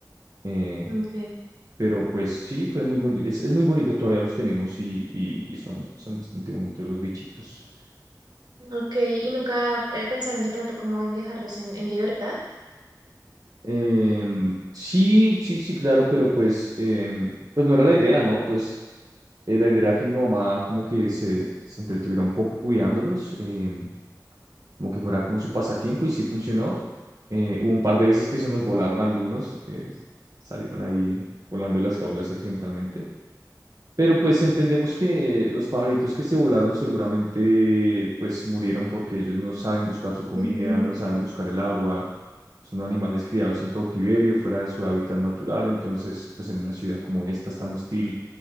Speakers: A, on the right (about 50°); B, on the right (about 75°).
A: eh,
B: ok,
A: pero pues sí, fue muy bonito. Es, es muy bonito, todavía los tenemos y, y- y son, son bastante bonitos los bichitos.
B: ok. ¿Y nunca eh, pensaron de pronto cómo en dejarlos en, en libertad?
A: Em, sí, sí, sí, claro, pero pues, em, pues no era la idea, ¿no? Pues eh, la idea era que mi mamá como que se, se entretuviera un poco cuidándolos. em, como que fuera como su pasatiempo y sí funcionó. Eh, hubo un par de veces que se nos volaron algunos, eh, salieron ahí volando de las jaulas accidentalmente. Pero pues entendemos que eh, los pajaritos que se volaron seguramente pues murieron porque ellos no saben buscar su comida,
B: Ujú,
A: no saben buscar el agua, son animales criados en cautiverio, fuera de su hábitat natural, entonces pues en una ciudad como esta tan hostil,